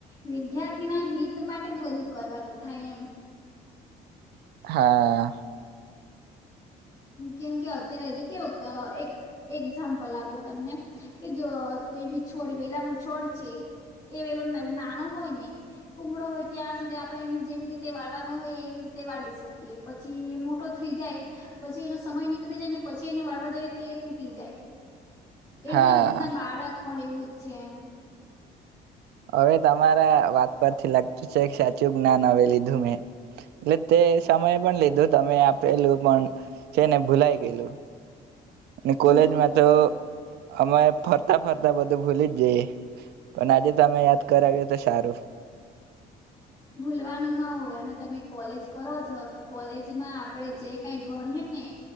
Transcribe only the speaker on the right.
હા.
હા
હવે તમારા વાત પરથી લાગતું છે સાચું જ્ઞાન હવે લીધું મેં એટલે તે સમય પણ લીધું તમે આપેલું પણ છે ને ભૂલાય ગયેલું. ને કોલેજમાં
તો અમે ફરતા ફરતા બધું ભૂલી જ જઈએ પણ આજે તમે યાદ કરાવીએ તો સારું.